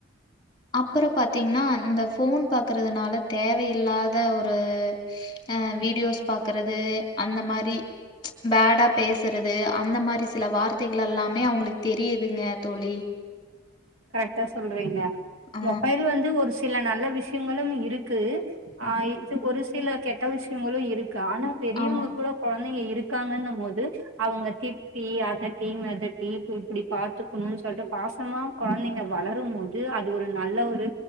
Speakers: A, on the left; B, on the right.
A: அப்பறோ பாத்தீங்கன்னா இந்த ஃபோன் பாக்கறதுனால தேவயில்லாத ஒரு ஒரு அ வீடியோஸ் பாக்கறது அந்த மாரி பேடா பேசறது அந்த மாரி சில வார்த்தை கள் எல்லாமே அவங்களுக்கு தெரியுதுங்க தோழி
B: கரெக்டா சொல்றீங்க
A: ஆ
B: மொபைல் வந்து ஒரு சில நல்ல விஷயங்களும் இரு க்கு ஆ இது ஒரு சில கெட்ட விஷயங்களு இருக் கு ஆனா பெரியவங்களுக்கு
A: ஆமா.
B: கூட கொழ ந்தைங்க இருக்காங்கன்னம் போது அவங்க திட்டி அதட்டி மெதட்டி இப் இப்படி பாத்துக்கணுன் சொல்ட்டு பாசமா கொழந்தைங்க வளரும் போது அது ஒரு நல்ல ஒரு